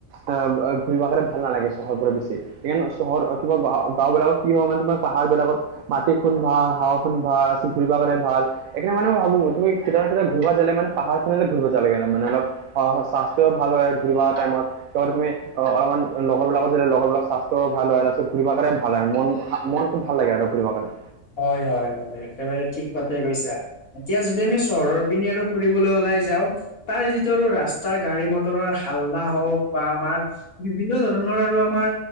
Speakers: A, on the right; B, on the left.
A: আহ ঘূৰিব কাৰণে ভাল নালাগে চহৰ পৰা বেছি। সেইকাৰণ চহৰ কিবা গ গাঁও বিলাকত কি হয় মানে তোমাৰ পাহাৰবিলাকত মাটি খুন ভাল, হাৱা খুন ভাল আছিল ঘূৰিব কাৰণে ভাল। এইকাৰনে মানে ভাবো তুমি কেতিয়াবা কেতিয়াবা ঘূৰিব যালে মানে পাহাৰখনতে ঘূৰিব যালে কেনে মানে অলপ হয় হয় স্বাস্থ্যও ভাল হয় ঘূৰিবা টাইমত। তত ঘূৰি অ অলপমান লগৰবিলাকো যে লগৰ বিলাক স্বাস্থ্যও ভাল হয়, আৰু ঘূৰি পা ভাল আৰু মন মন টো ভাল লাগে আৰু ঘূৰিব কাৰণে।
B: হয় হয় হয়, একেবাৰে ঠিক কথাই কৈছা এতিয়া যদি আমি চহৰৰ পিনে আৰু ফুৰিলৈ ওলাই যাও তাৰ যিটো ৰাস্তাৰ গাড়ী- মটৰৰ হাল্লা হওক বা আমাৰ বিভিন্ন ধৰণৰ আৰু আমাৰ